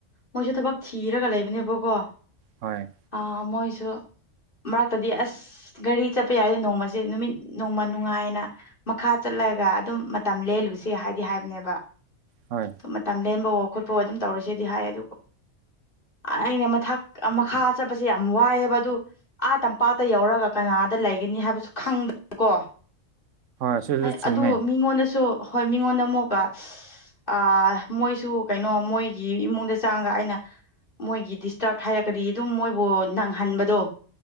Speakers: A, on the left; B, on the right.
A: ꯃꯣꯏꯁꯨ ꯊꯕꯛ ꯊꯤꯔꯒ ꯂꯩꯕꯅꯦꯕꯀꯣ
B: ꯍꯣꯏ
A: ꯑ ꯃꯣꯏꯁꯨ ꯃꯔꯛꯇꯗꯤ ꯑꯁ ꯒꯥꯔꯤ ꯆꯠꯄ ꯌꯥꯔꯗꯤ ꯅꯣꯡꯃꯁꯦ ꯅꯨꯃꯤꯠ ꯅꯣꯡꯃ ꯅꯨꯡꯉꯥꯏꯅ ꯃꯈꯥ ꯆꯠꯂꯒ ꯑꯗꯨꯝ ꯃꯇꯝ ꯂꯦꯜꯂꯨꯁꯤ ꯍꯥꯏꯗꯤ ꯍꯥꯏꯕꯅꯦꯕ
B: ꯍꯣꯏ
A: ꯑꯗꯨ ꯃꯇꯝ ꯂꯦꯟꯕꯋꯣ ꯈꯣꯠꯄꯋꯣ ꯑꯗꯨꯝ ꯇꯧꯔꯁꯦꯗꯤ ꯍꯥꯏ ꯑꯗꯨꯕꯨ ꯑꯩꯅ ꯃꯊꯛ ꯃꯈꯥ ꯆꯠꯄꯁꯦ ꯌꯥꯝ ꯋꯥꯏꯑꯕ ꯑꯗꯨ ꯑꯥ ꯇꯝꯄꯥꯛꯇ ꯌꯧꯔꯒ ꯀꯅꯥꯗ ꯂꯩꯒꯅꯤ ꯍꯥꯏꯕꯁꯨ ꯈꯪꯕꯀꯣ
B: ꯑꯁꯤꯁꯨ
A: ꯍꯣꯏ
B: ꯆꯨꯝꯃꯦ
A: ꯑꯗꯨ ꯃꯤꯉꯣꯟꯗꯁꯨ ꯍꯣꯏ ꯃꯤꯉꯣꯟꯗ ꯑꯃꯨꯛꯀ ꯑ ꯃꯣꯏꯁꯨ ꯀꯩꯅꯣ ꯃꯣꯏꯒꯤ ꯏꯃꯨꯡꯗ ꯆꯥꯡꯉꯒ ꯑꯩꯅ ꯃꯣꯏꯒꯤ ꯗꯤꯁꯇꯔꯕ ꯍꯥꯏꯔꯒꯗꯤ ꯑꯗꯨꯝ ꯃꯣꯏꯕꯨ ꯅꯪꯍꯟꯕꯗꯣ